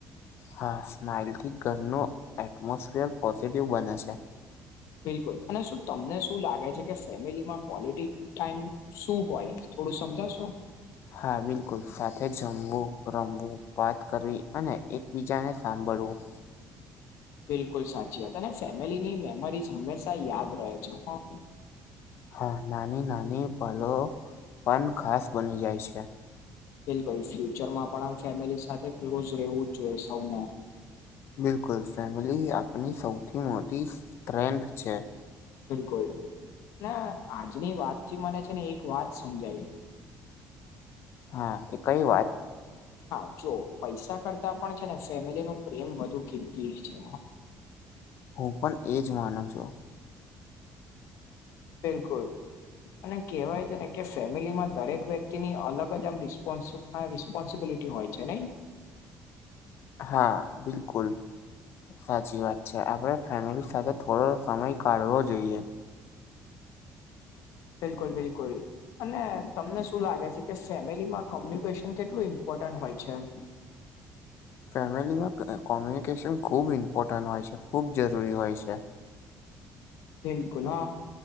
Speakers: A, on the left; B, on the left.
A: હા સ્માઈલ થી ઘરનું એટમોસફિયર પોઝિટિવ બને છે
B: બિલકુલ અને શું તમને શું લાગે છે કે ફેમીલીમાં ક્લટી ટાઈમ શું હોય થોડું સમજાવશો
A: હા બિલકુલ સાથે જમવું રમવું વાત કરવી અને એકબીજાને સાંભળવું
B: બિલકુલ સાચી વાત અને ફેમિલીની મેમરીઝ હંમેશા યાદ રહે છે હકે
A: હા નાની નાની પલો પણ ખાસ બની જાય છે
B: બિલકુલ ફ્યુચર માં પણ ફેમિલી સાથે ક્લોઝ રહેવું જ જોઈએ સૌને
A: બિલકુલ ફેમિલી આપની સૌથી મોટી સ્ટ્રેન્થ છે
B: બિલકુલ ના આજની વાત થી મને છે ને એક વાત સમજાય
A: હા એ કઈ વાત
B: હા જો પૈસા કરતા પણ છે ને ફેમિલી નું પ્રેમ વધુ કીતી છે
A: હું પણ એજ માનું છું.
B: બિલકુલ. અને કેહેવાય છે ને કે, ફેમિલીમાં દરેક વ્યક્તિની અલગ જ આમ રિસ્પોન્સ આ રિસ્પોન્સિબિલિટી હોય છે, નહી.
A: હા, બિલકુલ. સાચી વાત છે, આપડે ફેમિલી સાથે થોડો સમય કાઢવો જોઈએ.
B: બિલકુલ, બિલકુલ. અને તમને શું લાગે છે કે? ફેમિલીમાં કોમ્યુનિકેશન કેટલું ઇમ્પોર્ટન્ટ હોય છે?
A: ફેમિલીમાં કોમ્યુનિકેશન ખૂબ ઇમ્પોર્ટન્ટ હોય છે, ખૂબ જરૂરી હોય છે.
B: બિલકુલ, હા,